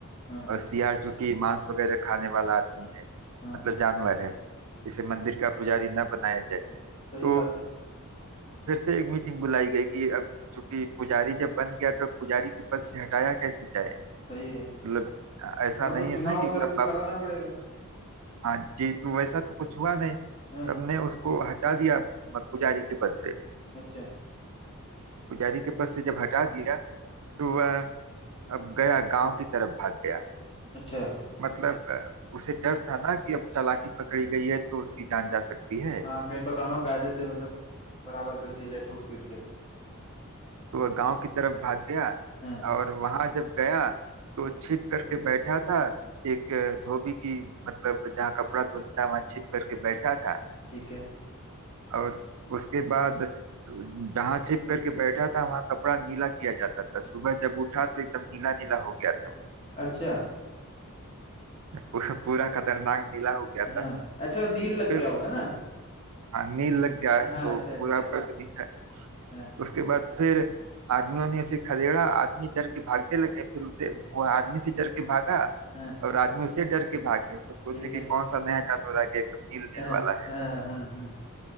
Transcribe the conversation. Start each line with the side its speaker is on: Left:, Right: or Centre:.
Left: हाँ
Right: और सियार चूंकि मांस वगैरह खाने वाला आदमी है
Left: हाँ
Right: मतलब जानवर है इसे मंदिर का पुजारी न बनाया जाए
Left: सही
Right: तो
Left: बात है
Right: फिर से एक मीटिंग बुलाई गई कि अब चूंकि पुजारी जब बन गया तो पुजारी के पद से हटाया कैसे जाए
Left: सही है
Right: मतलब ऐसा
Left: हाँ
Right: नहीं
Left: तो
Right: है
Left: चुनाव
Right: ना कि
Left: वगैरह
Right: मतलब
Left: कुछ
Right: आप
Left: कराना पड़ेगा
Right: हाँ जी तो वैसा तो कुछ हुआ नहीं
Left: हाँ
Right: सबने उसको हटा दिया मत- पुजारी के पद से
Left: अच्छा
Right: पुजारी के पद से जब हटा दिया तो वह अब गया गांव की तरफ भाग गया
Left: अच्छा
Right: मतलब अ, उसे डर था ना कि अब चालाकी पकड़ी गई है तो उसकी जान जा सकती है
Left: हाँ कहीं पता ना हो कायदे से मतलब बराबर कर दिया जाए ठोक पीट के
Right: तो वह गांव की तरफ भाग गया
Left: हाँ
Right: और वहां जब गया तो छिप करके बैठा था एक अ, धोबी की मतलब जहाँ कपड़ा धुलता है वहां छिप करके बैठा था
Left: ठीक है
Right: और उसके बाद जहां छिप करके बैठा था वहां कपड़ा नीला किया जाता था सुबह जब उठा तो एकदम नीला नीला हो गया था
Left: अच्छा
Right: पूरा पूरा खतरनाक नीला हो गया था
Left: हाँ अच्छा वो नील लग
Right: फिर
Left: गया
Right: उस-
Left: होगा ना
Right: हाँ नील लग गया है
Left: हाँ
Right: तो
Left: अच्छा अच्छा
Right: पूरा ऊपर
Left: अच्छा
Right: से नीचे
Left: हाँ
Right: उसके बाद फिर आदमियों ने उसे खदेड़ा आदमी डर के भागने लगे फिर उसे
Left: हाँ
Right: वो आदमी से डर के भागा
Left: हाँ,
Right: और आदमी उससे डर के भाग गया सब सोचे
Left: ठीक
Right: कि
Left: है
Right: कौन सा नया जानवर आ गया एकदम नील नील
Left: हाँ
Right: वाला है
Left: हाँ हाँ हाँ।